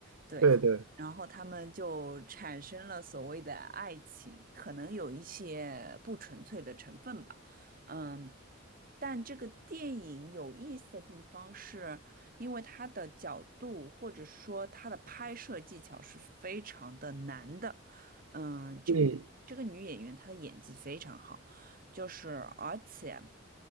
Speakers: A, on the right; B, on the right.
A: 对，
B: 对对，
A: 然后他们就产生了所谓的爱情，可能有一些不纯粹的成分吧，嗯，但这个电影有意思的地方是，因为它的角度或者说它的拍摄技巧是非常的难的。嗯，这个这个女演员她的演技非常好，
B: 嗯，
A: 就是而且，